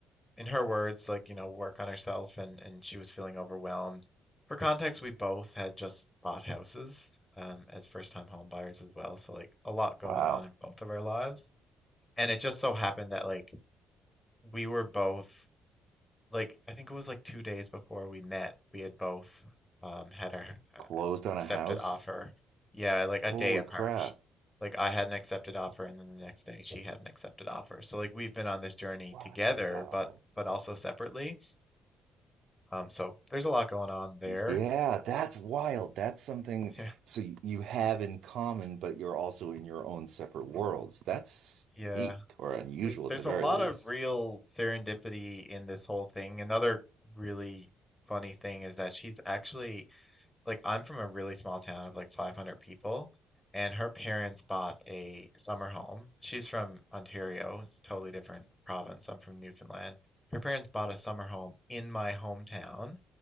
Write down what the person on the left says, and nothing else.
in her words, like, you know, work on herself and and she was feeling overwhelmed. For context, we both had just bought houses um, as first-time home buyers as well, so like a lot going
on in both of our lives. And it just so happened that like we were both like I think it was like two days before we met, we had both um had our uh,
accepted
offer. Yeah, like a
day apart.
Like I had an accepted offer, and then the next day she had an accepted offer. So like we've been on this journey
together, but but also separately. Um, so there's a lot going on there.
<laughs> Yeah,
yeah.
Th- There's
a lot
of real serendipity in this whole thing. Another really funny thing is that she's actually like I'm from a really small town of like 500 people, and her parents bought a summer home. She's from Ontario, totally different province. I'm from Newfoundland. Her parents bought a summer home in my hometown,